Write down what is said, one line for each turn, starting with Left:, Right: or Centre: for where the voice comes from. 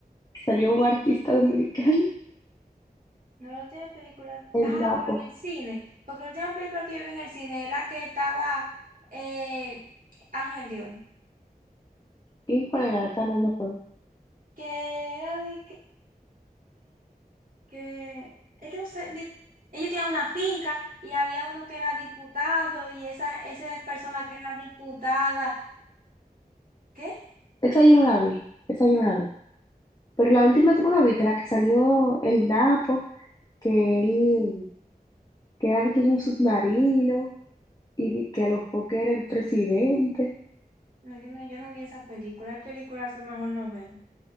Left: que salió un artista dominicano,
Right: No la última película.
Left: el
Right: Ah,
Left: Napo.
Right: pero en el cine. Porque la última película que yo vi en el cine es la que estaba eh, Ángel Dion.
Left: ¿Y cuál era? Esa no me acuerdo.
Right: Que era de que, que. Es que no sé. di- ellos tenían una finca y había uno que era diputado y esa, esa persona que era diputada. ¿Qué?
Left: Esa yo no la vi, esa yo no la vi. Pero la última tú no la viste, la que salió el Napo, que él, que era de que en un submarino y de que a los foques era el presidente.
Right: No, yo no, yo no vi esa película. Hay películas que mejor no ver.